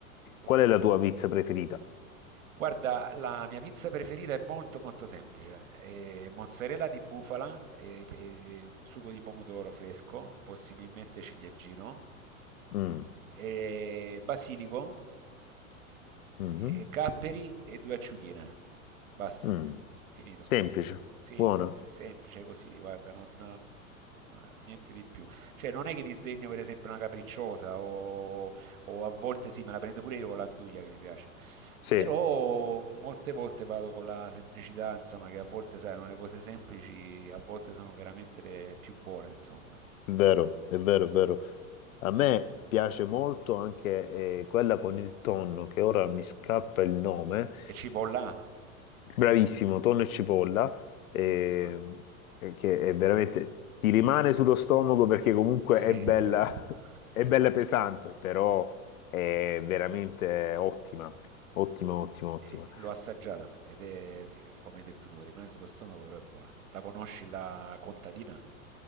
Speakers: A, on the right; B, on the left.
A: Pur-
B: Qual è la tua pizza preferita?
A: Guarda, la mia pizza preferita è molto molto semplice. Eh, mozzarella di bufala, eh, eh, sugo di pomodoro fresco, possibilmente ciliegino,
B: Mm,
A: eh, basilico
B: mhm,
A: e capperi e due acciughine. Basta,
B: mm.
A: finito.
B: Semplice,
A: Sì,
B: buona,
A: se- semplice così, guarda, non, eh, niente di più. Cioè, non è che disdegno per esempio una capricciosa o, o a volte sì, me la prendo pure io con l'anduglia che mi piace.
B: sì.
A: Però molte volte vado con la semplicità, insomma, che a volte, sai, no, le cose semplici a volte sono veramente le più buone, insomma.
B: Vero, è vero, è vero. A me piace molto anche eh, quella con il tonno, che ora mi scappa il nome.
A: E cipolla,
B: Bravissimo, tonno e cipolla,
A: buonissima.
B: ehm, eh, che è veramente ti rimane sullo stomaco perché comunque
A: Sì,
B: è bella,
A: è vero,
B: <laughs>
A: è
B: è
A: vero.
B: bella pesante, però è veramente ottima, ottima, ottima, ottima.
A: Eh, L'ho assaggiata ed è, come hai detto tu, rimane sullo stomaco, però è buona. La conosci la contadina?